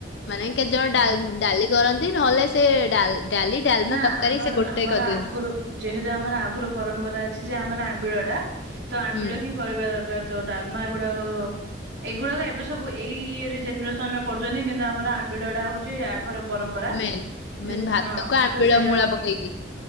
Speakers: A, on the left (about 75°); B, on the right (about 70°).
A: ମାନେ କେତେ ଜଣ
B: ହଁ
A: ଡାଲ୍ ଡାଲି କର ଲି ନ ହେଲେ ସେ ଡାଲ ଡାଲି ଡାଲମା
B: ନା
A: ତକାରୀ
B: ଆମର
A: ସେ ଗୋଟେ
B: ଆମର
A: କରିଦିଅନ୍ତି।
B: ଆଗରୁ ଯେହେତୁ ଆମର ଆଗରୁ ପରମ୍ପରା ଅଛି ଯେ ଆମର ଆମ୍ବିଳଟା। ତ ଆମ୍ବିଳ
A: ହୁଁ।
B: ହିଁ କରିବା ଦର୍ ପ୍ରାୟତଃ ଡାଲମା ଏଗୁଡାକ ଏଇଗୁଡାକ ଏବେ ସବୁ ଏଇ ଇଏରେ ଜେନେରେସନରେ କରୁଚନ୍ତି। କିନ୍ତୁ ଆମର ଆମ୍ବିଳଟା ହଉଚି ଆଗର ପରମ୍ପରା
A: ମେନ୍
B: <inaudible> ଯେହେତୁ
A: ମେନ୍ ଭାତକୁ
B: ହଁ।
A: ଆମ୍ବିଳ
B: ସେଇଟା
A: ମୂଳା ପକେଇକି। <inaudible>